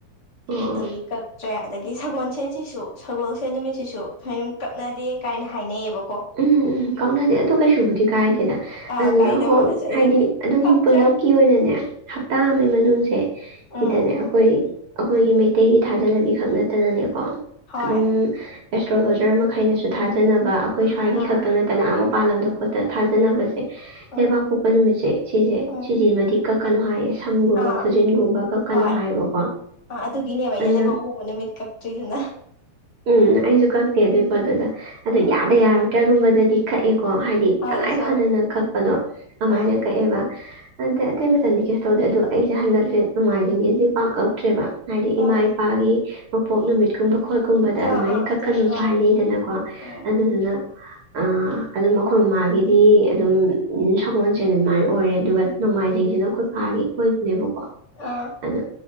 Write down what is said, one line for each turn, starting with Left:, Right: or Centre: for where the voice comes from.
Right: ꯑꯣ ꯑꯣ
Left: ꯑꯗꯒꯤ ꯀꯛ ꯇ꯭ꯔꯦ ꯑꯗꯒꯤ ꯁꯒꯣꯟꯁꯦꯟꯁꯤꯁꯨ ꯁꯒꯣꯜꯁꯦꯟ ꯅꯨꯃꯤꯠꯁꯤꯁꯨ <unintelligible> ꯀꯛꯅꯗꯦ ꯀꯥꯏꯅ ꯍꯥꯏꯅꯩꯑꯕ
Right: ꯎꯝ ꯎꯝ ꯀꯛꯅꯗꯦ ꯑꯗꯨ ꯀꯩꯁꯨꯕꯨꯗꯤ ꯀꯥꯏꯗꯦꯗ
Left: ꯑꯥ
Right: ꯑꯗꯨꯗ
Left: ꯀꯥꯏꯗ
Right: ꯍꯣꯜ
Left: ꯃꯥꯜꯂꯁꯨ ꯑꯩꯁꯨ
Right: ꯍꯥꯏꯗꯤ ꯑꯗꯨꯝ
Left: ꯀꯛꯇ꯭ꯔꯦ
Right: ꯄꯨꯂꯞ ꯀꯤ ꯑꯣꯏꯅꯅꯦ ꯍꯞꯇꯥ ꯑꯃꯩ ꯃꯅꯨꯡꯁꯦ ꯁꯤꯗꯅꯦ
Left: ꯎꯝ
Right: ꯑꯈꯣꯏ ꯑꯈꯣꯏꯒꯤ ꯃꯩꯇꯩꯒꯤ ꯊꯥꯖꯅꯕꯤ ꯈꯛ ꯅꯠꯇꯅꯅꯦꯀꯣ
Left: ꯍꯣꯏ
Right: ꯑꯗꯨꯝ ꯑꯦꯁꯇ꯭ꯔꯣꯂꯣꯖꯔ ꯃꯈꯩꯅꯁꯨ ꯊꯥꯖꯅꯕ ꯑꯩꯈꯣꯏ ꯁ꯭ꯋꯥꯏꯒꯤ
Left: ꯑꯥ
Right: ꯈꯛꯇ ꯅꯠꯇꯅ ꯑꯥ ꯃꯄꯥꯜꯂꯝꯗ ꯈꯣꯠꯇ ꯊꯥꯖꯅꯕꯁꯦ
Left: ꯎꯝ
Right: ꯂꯩꯕꯥꯛ ꯄꯣꯛꯄ ꯅꯨꯃꯤꯠꯁꯦ ꯁꯤꯁꯦ
Left: ꯎꯝ
Right: ꯁꯤꯁꯤꯃꯗꯤ ꯀꯛ ꯀꯅꯣ ꯍꯥꯏꯌꯦ ꯁꯝꯒꯨꯝꯕ
Left: ꯑꯥ
Right: ꯈꯨꯖꯤꯟꯒꯨꯝꯕ ꯀꯛ ꯀꯅꯣ
Left: ꯍꯣꯏ
Right: ꯍꯥꯏꯌꯦꯕꯀꯣ
Left: ꯑꯥ ꯑꯗꯨꯒꯤꯅꯦꯕ ꯑꯩꯅ
Right: ꯑꯗꯨꯅ
Left: ꯂꯩꯕꯥꯛ ꯄ‌ꯣꯛꯄ ꯅꯨꯃꯤꯠ ꯀꯛꯇ꯭ꯔꯤꯗꯨꯅ
Right: ꯎꯝ ꯑꯩꯁꯨ ꯀꯛꯇꯦ ꯑꯗꯨꯏ ꯄꯣꯠꯇꯨꯗ ꯑꯗꯣ
Left: ꯎꯝ
Right: ꯌꯥꯗ ꯌꯥꯔꯛꯇ꯭ꯔꯥꯒꯨꯝꯕꯗꯗꯤ ꯀꯛꯏꯀꯣ ꯍꯥꯏꯗꯤ
Left: ꯍꯣꯏ
Right: ꯇꯉꯥꯏ
Left: ꯑꯩꯁꯨ
Right: ꯐꯗꯅ ꯀꯛꯄꯗꯣ ꯑꯃꯥꯏꯅ
Left: ꯎꯝ
Right: ꯀꯛꯑꯦꯕ ꯑꯗꯩ ꯑꯇꯩ ꯃꯇꯝꯗꯤ ꯀꯩꯁꯨ ꯇꯧꯗꯦ ꯑꯗꯣ ꯑꯩꯁꯦ ꯍꯟꯗꯛꯁꯦ ꯅꯣꯡꯃꯥꯏꯖꯤꯡꯒꯤꯁꯦ ꯄꯥꯛ ꯀꯛꯇ꯭ꯔꯦꯕ ꯍꯥꯏꯗꯤ ꯏꯃꯥ
Left: ꯎꯝ
Right: ꯏꯄꯥꯒꯤ ꯃꯄꯣꯛ ꯅꯨꯃꯤꯠ ꯀꯨꯝꯕ ꯈꯣꯠꯀꯨꯝꯕꯗ ꯑꯗꯨꯃꯥꯏꯅ
Left: ꯑꯥ ꯑꯥ
Right: ꯀꯛꯀꯅꯨꯁꯨ
Left: ꯑꯗꯨꯝ ꯑꯥ
Right: ꯍꯥꯏꯅꯩꯗꯅꯀꯣ
Left: ꯍꯣꯏ
Right: ꯑꯗꯨꯗꯨꯅ ꯑꯥ ꯑꯗꯨꯝ ꯑꯩꯈꯣꯏ ꯃꯃꯥꯒꯤꯗꯤ ꯑꯗꯨꯝ ꯁꯒꯣꯜꯁꯦꯟ ꯑꯗꯨꯃꯥꯏꯅ ꯑꯣꯏꯔꯦ ꯑꯗꯨꯒ ꯅꯣꯡꯃꯥꯏꯖꯤꯡꯁꯤꯅ ꯈ‌ꯣꯏ ꯄꯥꯒꯤ ꯑꯣꯏꯕꯅꯦꯕꯀꯣ
Left: ꯑꯥ
Right: ꯑꯗꯨ